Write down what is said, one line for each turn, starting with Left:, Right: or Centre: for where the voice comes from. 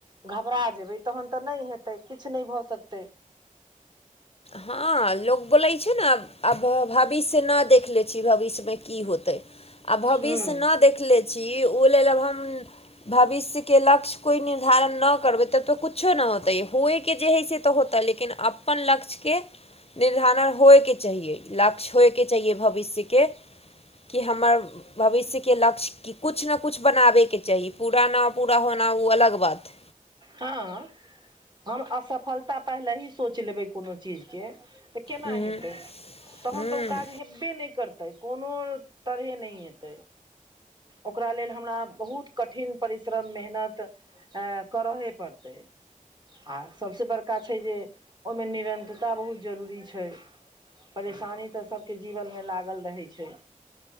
Right: घबरा जेबै तखन तऽ नहि हेतै किछु नहि भऽ सकतै
Left: हँ लोग बोलै छै न आ भाविष्य न ना देखले छी भविष्य मे की होतै आ भविष्य
Right: हँ
Left: न देखले छी ओ लेल अब हम भविषके लक्ष्य कोई निधारन नऽ करबै तब तऽ कुछ कुछो न होतै होइके जे हइ से तऽ होतै लेकिन अपन लक्ष्य के निर्धारण होइके चाहिए लक्ष्य होइके चाहिए भविष्यके कि हमर भविष्यके लक्ष्य क किछु ने किछु बनाबयके चाही पूरा नहि पूरा होना ओ अलग बात हइ
Right: हँ हम असफलता पहिले ही सोच लेबै कोनो चीज केना
Left: हूँ
Right: हेतै तहन
Left: हूँ
Right: तऽ ओ काज हेबे नहि करतै कोनो तरहे नइ हेतै ओकरा लेल हमरा बहुत कठिन परिश्रम मेहनत अ करहे पड़तै आ सभसँ बड़का छै जे ओहिमे निरन्तरता बहुत जरूरी छै परेशानी तऽ सभके जीवनमे लागल रहै छै